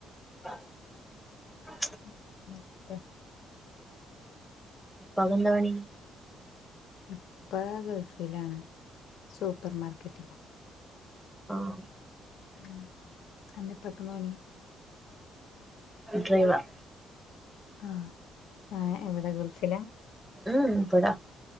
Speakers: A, in the centre; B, on the left.
A: ആഹ്
B: ഉം ഇട്ടെ
A: ഇപ്പാ കന്താ പണി
B: ഇപ്പ ഗൾഫിലാണ് സൂപ്പർ മാർക്കറ്റില്
A: ആഹ്
B: ഉ അൻ്റെ പ്പാ ക്കാന്താ പണി
A: ഡ്രൈവർ
B: ആഹ് ആഹ് എവിടെ ഗൾഫിലാ
A: ഉ ബടാ